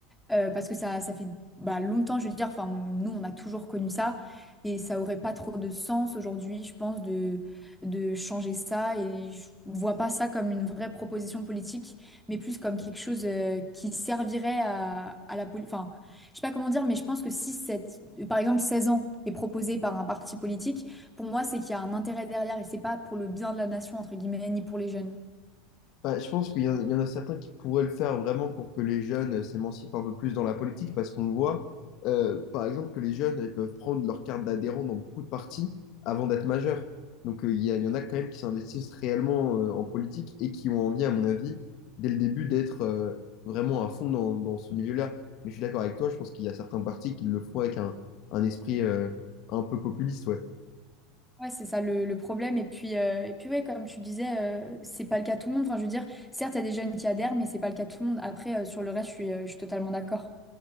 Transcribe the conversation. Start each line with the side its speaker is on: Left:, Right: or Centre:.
Centre: euh, parce que ça, ça fait bah, longtemps, je veux dire, enfin, nous, on a toujours connu ça, et ça aurait pas trop de sens aujourd'hui, je pense, de, de changer ça, et je vois pas ça comme une vraie proposition politique, mais plus comme quelque chose euh, qui servirait à, à la politique, enfin, je sais pas comment dire, mais je pense que si cette, par exemple, 16 ans est proposé par un parti politique, pour moi, c'est qu'il y a un intérêt derrière, et c'est pas pour le bien de la nation, entre guillemets, ni pour les jeunes.
Left: Bah, je pense qu'il y, en il y en a certains qui pourraient le faire vraiment pour que les jeunes euh, s'émancipent un peu plus dans la politique, parce qu'on voit, euh, par exemple, que les jeunes ils peuvent prendre leur carte d'adhérent dans beaucoup de partis avant d'être majeurs. Donc, euh, il y, a- il y en a quand même qui s'investissent réellement euh, en politique et qui ont envie, à mon avis, dès le début, d'être euh, vraiment à fond dans, dans ce milieu-là. Mais je suis d'accord avec toi, je pense qu'il y a certains partis qui le font avec un, un esprit euh, un peu populiste, ouais.
Centre: Ouais, c'est ça le, le problème. Et puis, euh, et puis ouais, comme tu disais, euh, c'est pas le cas de tout le monde. Enfin, je veux dire, certes, il y a des jeunes qui adhèrent, mais c'est pas le cas de tout le monde. Après, euh, sur le reste, je suis, euh, je suis totalement d'accord.